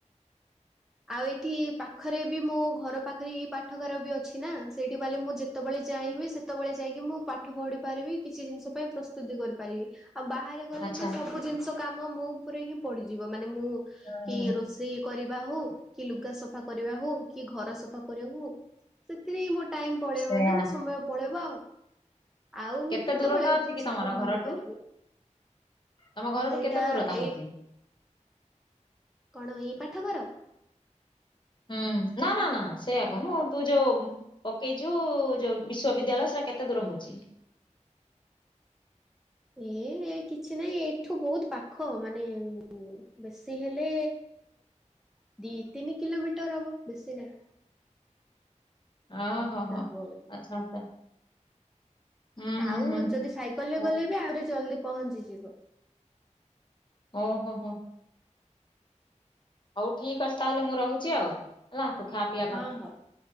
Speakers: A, in the centre; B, on the left.
A: ଆଉ ଏଠି ପା ଖରେ ବି ମୋ ଘର ପାଖରେ ହିଁ ପାଠଗାର ବି ଅଛି ନା, ସେଇଠି ବାଇଲେ ମୁଁ ଯେତେବେଳେ ଯାଇଁ ବି ସେତେବେଳେ ଯାଇକି କି ମୁଁ ପାଠ ପଢି ପାରିବି କିଛି ଜିନିଷ ପାଇଁ ପ୍ରସ୍ତୁତି କରିପାରିବି। ଆଉ ବାହାରେ ଗଲେ
B: ଆଚ୍ଛା
A: ତ ସବୁ ଜିନିଷ କାମ ମୋ ଉପରେ ହିଁ ପଡିଯିବ ମାନେ ମୁଁ
B: ହୁଁ
A: କି ରୋଷେଇ କରିବା ହଉ, କି ଲୁଗା ସଫା କରିବା ହଉ, କି ଘର ସଫା କରିବା ହଉ, ସେଥିରେ ହଁ ମୋ ଟାଇମ ପଳେଇବ
B: ସେୟା
A: ନା ମୋ ସମୟ ପଳେଇବ ଆଉ ଆଉ
B: କେତେ
A: ମୁଁ କେତେବେଳେ
B: ଦୂରତା ଅଛି
A: କିଛି
B: କି ତମର
A: ପଢି
B: ଘରଠୁ
A: ପାରିବି।
B: ତମ ଘରଠୁ
A: ସେଇଟା
B: କେତେ ଦୂରତା
A: ଏଇ
B: ହଉଛି?
A: କଣ ଏଇ ପାଠଗାର? <inaudible>
B: ହୁଁ ନା ନା ନା ସେଇୟା କହୁନୁ ତୁ ଯୋଉ ପକେଇଚୁ ଯୋଉ ବିଶ୍ୱବିଦ୍ୟାଳୟ ସେଇଟା କେତେ ଦୂର ହଉ ଛି?
A: ଏଇ କିଛି ନାହିଁ ଏଇଠୁ ବହୁତ ପାଖ ହବ। ମାନେ ବେଶୀ ହେଲେ ଦି ତିନି କିଲୋମିଟର ହେବ ବେସିନାଇ।
B: ଓ ହୋ ହୋ
A: ହବ ବୋଧେ।
B: ଆଚ୍ଛା ଆଚ୍ଛା। ହୁଁ ହୁଁ
A: ଆଉ
B: ହୁଁ
A: ଯଦି ସାଇକେଲ ରେ
B: ହଉ
A: ଗଲେ ବି ଆହୁରି ଜଲଦି ପହଞ୍ଚିଯିବ।
B: ଓ ହୋ ହୋ। ହଉ ଠିକ ଅଛି ତାହେଲେ ମୁଁ ରହୁଛି ଆଉ ହେଲା। ଖା ପିଆ
A: ହଁ
B: କର
A: ହଁ